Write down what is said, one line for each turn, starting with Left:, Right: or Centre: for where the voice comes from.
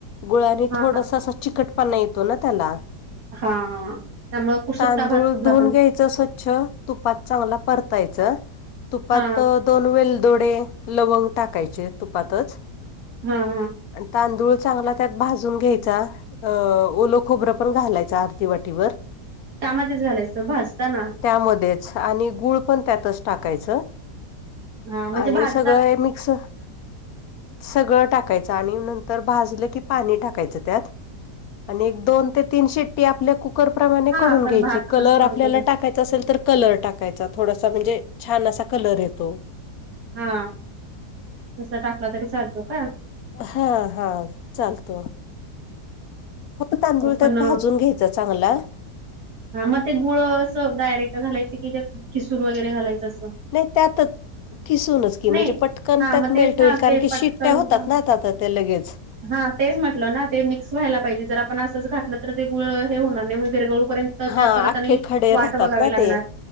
Left: गुळाने
Right: हा
Left: थोडस अस चिकटपणा येतो ना त्याला
Right: हा हा त्यामुळे कुसुट्टा
Left: तांदूळ
Right: भात कुठला
Left: धुून
Right: पण
Left: घ्यायचं अस स्वच्छ तुपात चांगला परतायचं तुपात
Right: हा
Left: दोन वेलदोडे लवंग टाकायचे तुपातच
Right: हा हा.
Left: आणि तांदूळ चांगला त्यात भाजून घ्यायचा अ ओल खोबरं पण घालायचं अर्धी वाटीवर
Right: त्यामध्येच घालायचं भाजताना
Left: त्यामध्येच आणि गुळ पण त्यातच टाकायचं.
Right: हा म्हणजे
Left: आणि
Right: भाज
Left: सगळं हे मिक्स सगळं टाकायचं आणि नंतर भाजलं की पाणी टाकायचं त्यात आणि एक दोन ते तीन शिट्टी आपल्या कुकर प्रमाणे
Right: हा
Left: करून
Right: आपण
Left: घ्यायची
Right: भात
Left: कलर
Right: कसं करतो
Left: आपल्याला
Right: ते
Left: टाक टाकायचा असेल तर कलर टाकायचा थोडासा म्हणजे छान असा कलर येतो
Right: हा तस टाकला तरी चालतो का?
Left: हा हा चालतो. फक्त तांदूळ
Right: पण
Left: त्यात भाजून घ्यायच चांगला
Right: हा मग ते गुळ असं डायरेक्ट घालायचे की त्यात खिसून वगैरे घालायचं असं?
Left: नाही त्यातच किसूनच की, म्हणजे
Right: नाही
Left: पटकन
Right: हा
Left: त्यात
Right: मग तेच
Left: मेल्ट
Right: ना
Left: होईल, कारण
Right: ते
Left: की
Right: पटकन
Left: शिट्ट्या होतात
Right: हा
Left: ना, आता ते लगेच
Right: हा तेच म्हटलं ना, ते मिक्स व्हायला पाहिजे, जर आपण असंच घातलं, तर ते गुळ हे होणार नाही विरगळूपर्यंत तर
Left: हा
Right: त्या परत
Left: अख्खे
Right: आणि,
Left: खडे
Right: वाट
Left: राहतात
Right: बघावी
Left: ना
Right: लागणार,
Left: ते